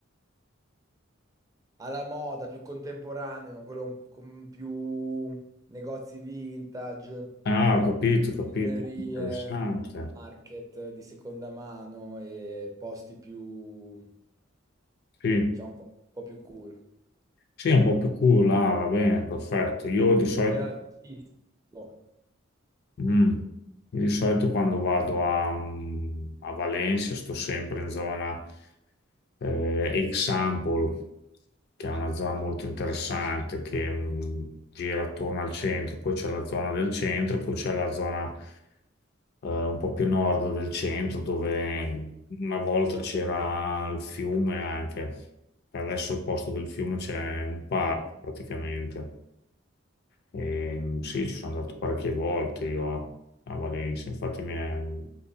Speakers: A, on the right; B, on the left.
A: alla moda, più contemporaneo, quello con più negozi vintage.
B: Ah, ho capito, ho capito,
A: Librerie,
B: interessante.
A: market di seconda mano e posti più,
B: Sì,
A: diciamo, un po' un po' più cool.
B: sì, è un po' più cool, ah, va bene, perfetto. Io di solito,
A: Quartiere artistico.
B: mm, io di solito quando vado a, mm, a Valencia sto sempre in zona eh, Example, che è una zona molto interessante che mm, gira attorno al centro, poi c'è la zona del centro, poi c'è la zona eh, un po' più a nord del centro, dove una volta c'era il fiume anche. Adesso al posto del fiume c'è un parco
A: Mm.
B: praticamente. E, sì, ci sono andato parecchie volte io a Valencia, infatti mi è, mi